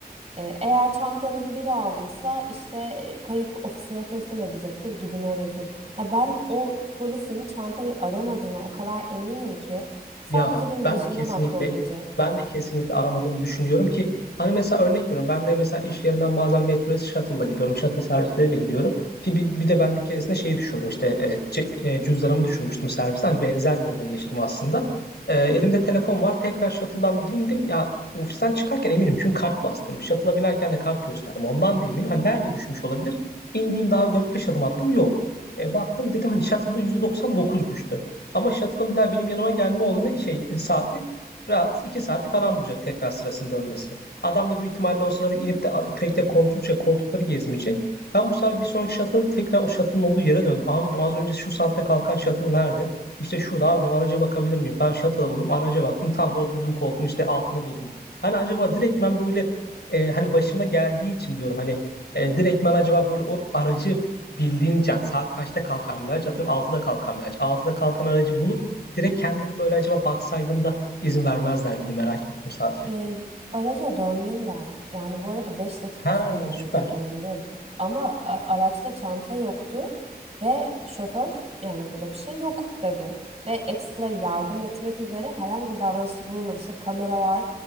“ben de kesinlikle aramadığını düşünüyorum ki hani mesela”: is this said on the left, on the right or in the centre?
Left